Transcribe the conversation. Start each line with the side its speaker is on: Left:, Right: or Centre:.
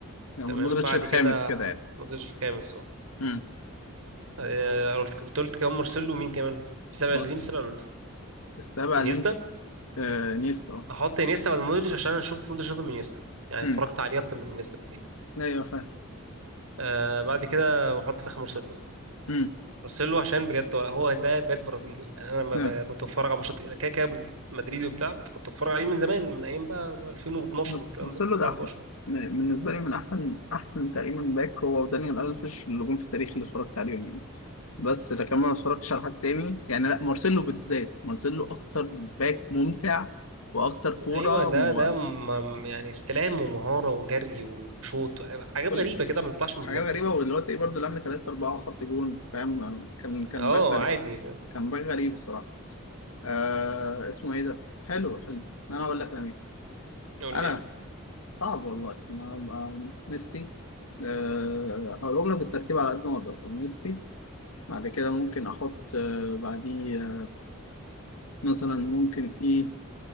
Left: يعني
Right: تمام
Left: مودريتش
Right: بعد
Left: الخامس
Right: كده
Left: كده يعني
Right: مودريتش الخامس اه
Left: امم
Right: آه، قلت كنت قلت كمان مارسيلو ومين كمان في سبعة
Left: واحد.
Right: اللي مين السبعة اللي قلته
Left: السابع
Right: انيستا
Left: اللي انت آه نيستا اه
Right: هحط انيستا بعد مودريتش عشان انا شفت مودريتش اكتر من انيستا يعني
Left: امم
Right: اتفرجت عليه اكتر من انيستا بكتير
Left: ايوه فاهم
Right: آه بعد كده هحط في اخر مارسيلو
Left: امم
Right: ارسله عشان بجد ولا هو ده باك برازيلي يعني انا لما
Left: نعم.
Right: ب- كنت بتفرج على ماتشات انا كده كده مدريدي وبتاع كنت بتفرج عليه من زمان من ايام بقى 2012
Left: مارس-
Right: والكلام
Left: مارسيلو
Right: ده 2011
Left: ده احلى م- بالنسبة لي من احسن احسن تقريبا باك هو ودانيال الفيش اللي جم في التاريخ اللي اتفرجت عليهم بس لكن ما اتفرجتش على حد تاني يعني لا مارسيلو بالذات مارسيلو اكتر باك ممتع واكتر كوره
Right: ايوه ده
Left: م...
Right: ده م- يعني استلام ومهاره وجري وشوط حاجات
Left: كل
Right: غريبه كده ما تطلعش من
Left: حاجات
Right: المدافع
Left: غريبه
Right: يعني
Left: واللي هو تلاقيه برضه لم 3 4 وحط جون فاهم كان كان
Right: اه
Left: باك غريب
Right: عادي فاهم؟
Left: كان باك غريب الصراحه آه اسمه ايه ده حلو حلو انا اقول لك انا مين
Right: يقول
Left: انا
Right: لي يعني
Left: صعب والله انا أنا- ميسي آه هقولهم لك بالترتيب على قد ما اقدر ميسي بعد كده ممكن احط آه بعديه آه، مثلا ممكن ايه